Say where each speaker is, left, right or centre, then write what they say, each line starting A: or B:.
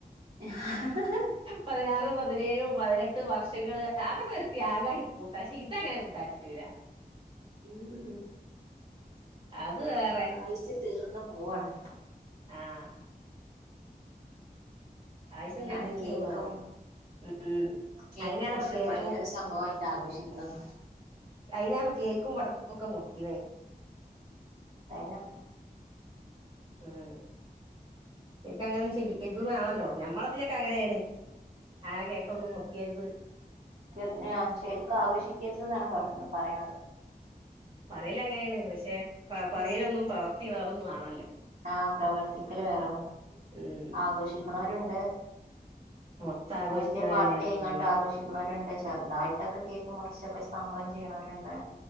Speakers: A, on the right; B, on the right.
A: ഹ ഹ ഹ
B: പതിനാറും പതിനേയും പതിനെട്ടും വർഷങ്ങള് അതൊക്കൊരു ത്യാഗായി കൂട്ട പക്ഷെ ഇതങ്ങനെ കൂട്ടാ പറ്റൂല്ല
A: ഉം ഉം
B: അത് വേ
A: ദാഹിച്ച് തീർന്ന് പോവാണ്
B: ആഹ് ആയുസ്
A: അതാണ്
B: ഇങ്ങനെ തീർന്നു
A: കേക്കും
B: പോവാണ് ഉം
A: കേക്ക്
B: അയിനാണിപ്പ
A: മുർച്ചും
B: കേക്കും
A: പലേ സംഭവായിട്ട് ആഘോഷിക്ക്ണത്
B: അയിനാണ് കേക്കും വടക്കൊക്കെ മുർക്കിണേ
A: ത്താ പിന്നെ
B: ഉം ശെര്ക്കങ്ങനൊന്നും ചെയ്യരുത് ന്നാണല്ലോ ഞമ്മള് ചിലൊക്കെ അങ്ങനെണ് അങ്ങനെ കേക്കൊന്നും മുർക്കരുത്
A: കിർഞ്ഞ ശരിക്കും ആഘോഷിക്കരുതെന്നാണ് പർഞ പറിണത്
B: പറയലങ്ങനെണ് പക്ഷെ പ പറയലൊന്നും പ്രവർത്തി വേറൊന്നും ആണല്ലോ
A: ആഹ് പ്രവർത്തിക്കല് വേറൊന്ന
B: ഉം
A: ആഘോഷിക്ക്ണോരുണ്ട്
B: മൊത്തം ആഘോഷിക്കുന്നത്
A: വല്യ പാർട്ടിയായിക്കാണ്ട്
B: തന്നെയാണ് ഇപ്പ ഉള്ളെ
A: ആഘോഷിക്ക്ണോര്ണ്ട് ചെറുതായിട്ടൊക്കെ
B: ഓഹ്
A: കേക്ക് ക്ക് മുർച്ചൊക്കെ സംഭവം ചെയ്യ്ണോരുണ്ട്